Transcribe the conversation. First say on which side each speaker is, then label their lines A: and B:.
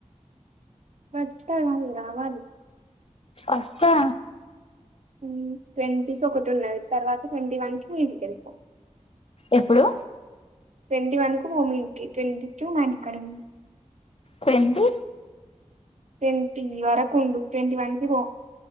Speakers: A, on the right (about 70°); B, on the left (about 50°).
A: వత్త గాదు రావాలి
B: అస్తా
A: ఊ ట్వంటీస్ ఒకటి ఉన్నది తర్వాత ట్వంటీ వన్ కి మీ ఇంటికి ఎల్లిపో
B: ఎప్పుడు
A: ట్వంటీ వన్ కు పో మీ ఇంటికి ట్వంటీ టూ మా ఇంటి కాడ వుం
B: సెంటి
A: ట్వంటీ వరకు ఉండు ట్వెంటీ వన్కి పో